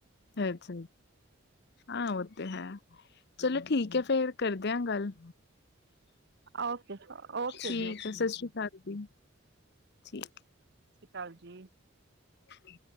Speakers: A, on the left; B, on the right.
A: ਅੱਛਾ। ਹਾਂ ਓਤੇ ਹੈ ਚਲੋ ਠੀਕ ਹੈ ਫੇਰ ਕਰਦੇਆਂ ਗੱਲ।
B: ਓਕੇ-ਓਕੇ
A: ਠੀਕ
B: ਜੀ ਓਕੇ।
A: ਹੈ ਸਤਿ ਸ੍ਰੀ ਅਕਾਲ ਜੀ। ਠੀਕ
B: ਸ ਸ਼੍ਰੀ ਅਕਾਲ ਜੀ।
A: ਹੂੰ।